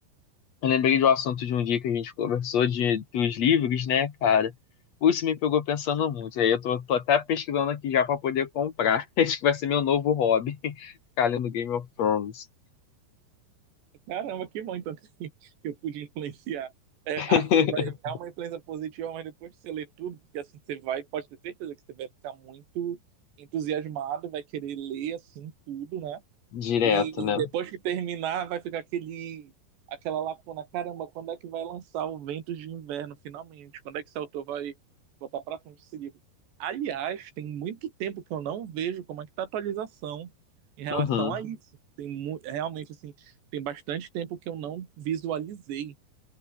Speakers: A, on the left (about 55°); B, on the right (about 90°).
A: eu lembrei do assunto de um dia que a gente conversou de, dos livros, né, cara? Pô, Isso me pegou pensando muito. E aí eu tô, tô até pesquisando aqui já pra poder comprar. <laughs> Acho que vai ser meu novo hobby, <laughs> ficar lendo Game of Thrones.
B: Caramba, que bom então que <laughs> eu pude influenciar. É,
A: <laughs>
B: assim, vai, é uma influência positiva, mas depois que você lê tudo, porque assim você vai, pode ter certeza que você vai ficar muito entusiasmado, vai querer ler assim tudo, né?
A: Direto,
B: E
A: né?
B: depois que terminar, vai ficar aquele, aquela lacuna. Caramba, quando é que vai lançar o Ventos de Inverno, finalmente? Quando é que esse autor vai botar pra frente esse livro? Aliás, tem muito tempo que eu não vejo como é que tá a atualização em relação
A: Uhum.
B: a isso. Tem mu- realmente, assim, tem bastante tempo que eu não visualizei